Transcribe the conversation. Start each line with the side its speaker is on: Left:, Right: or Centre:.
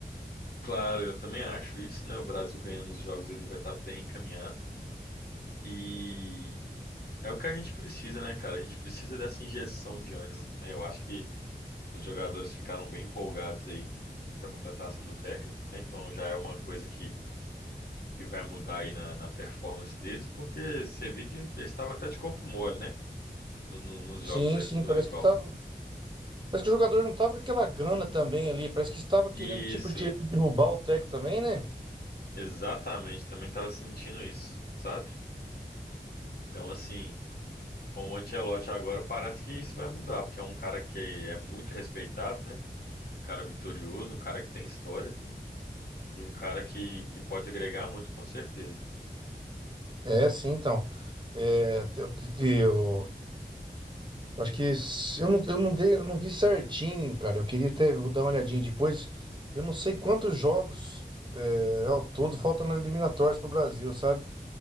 Left: Claro, eu também acho isso, né? O Brasil ganhando os jogos ele vai estar bem encaminhado. E, É o que a gente precisa, né, cara? A gente precisa dessa injeção de ânimo, né? Eu acho que os jogadores ficaram bem empolgados aí com a contratação do técnico, tá? Então já é uma coisa que, que vai mudar aí na, na performance deles, porque você viu que ele estava até de corpo mole, né? No- no- nos jogos
Right: Sim,
Left: aí
Right: sim,
Left: com o Dorival.
Right: parece que tá. Parece que o jogador não tava com aquela gana também ali. Parece que estava querendo,
Left: Isso,
Right: tipo, de derrubar o técnico também, né?
Left: exatamente, também estava sentindo isso, sabe? Então, assim, com o Ancelotti agora parece que isso vai mudar, porque é um cara que é muito respeitado, né? Um cara vitorioso, um cara que tem história. E um cara que, que pode agregar muito, com certeza.
Right: É, sim, então. É, te- te- te- eu, acho que s- eu não, eu não dei, eu não vi certinho, cara. Eu queria até vou dar uma olhadinha depois. Eu não sei quantos jogos é, ao todo faltam na eliminatórias pro Brasil, sabe?